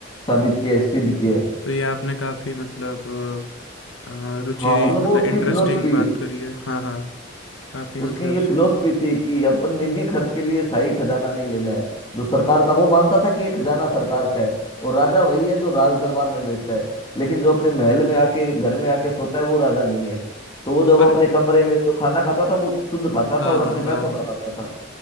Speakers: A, on the left (about 25°); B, on the left (about 75°).
A: साबित किया है सिद्ध किया है
B: तो ये आपने काफी मतलब अ, रुचि
A: हाँ मतलब वो
B: मतलब
A: उसकी
B: इंटरेस्टिंग
A: फिलोसफी
B: बात करी है हाँ हाँ काफी मतलब
A: उसकी ये
B: सुन
A: फिलोसफी थी कि अपन निजी खर्च के लिए शाही खजाना नहीं लेना है जो सरकार का वो मानता था कि ये खजाना सरकार का है और राजा वही है जो राज दरबार में बैठता है लेकिन जो अपने महल में आके घर में आके सोता है वो राजा नहीं है तो वो जब
B: पर
A: अपने कमरे में जो खाना खाता था वो शुद्ध खाता
B: हाँ
A: था और अपने
B: हाँ हाँ
A: पैसों का खाता था